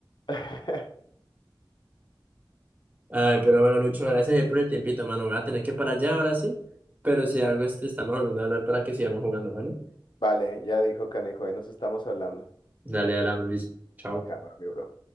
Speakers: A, on the left; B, on the right.
A: <laughs>
B: Ay, pero bueno, Lucho, gracias por el tiempito, mano. Voy a tener que parar ya ahora sí. Pero si algo este, estamos volviendo a hablar para que sigamos jugando, mano.
A: Vale, ya dijo Canijo, ahí nos estamos hablando.
B: Dale, dale, Luis. Chao.
A: Cámara, mi bro.